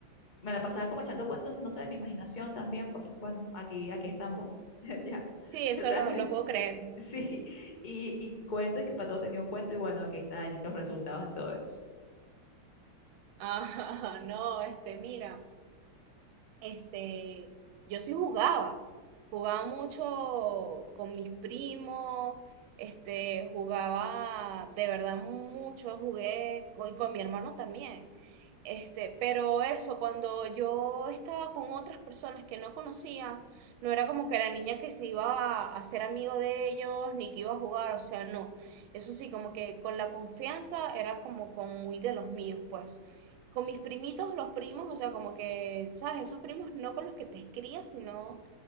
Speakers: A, on the left (about 25°); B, on the right (about 75°).
A: me la pasaba como echando cuentos, no sé, de mi imaginación también, pues bueno, aquí, aquí estamos, <laughs> ya,
B: Sí, eso
A: o sea,
B: lo, lo puedo
A: <laughs>
B: creer.
A: sí, y, y cuento y que para todo tenía un cuento y bueno, aquí están los resultados de todo eso.
B: Ajá, <laughs> no, este, mira, este, yo sí jugaba. Jugaba mucho con mis primos, este, jugaba de verdad mucho, jugué con, con mi hermano también. Este, pero eso, cuando yo estaba con otras personas que no conocía, no era como que la niña que se iba a hacer amigo de ellos, ni que iba a jugar, o sea, no. Eso sí, como que con la confianza era como con muy de los míos, pues. Con mis primitos, los primos, o sea, como que, ¿sabes? Esos primos no con los que te crías, sino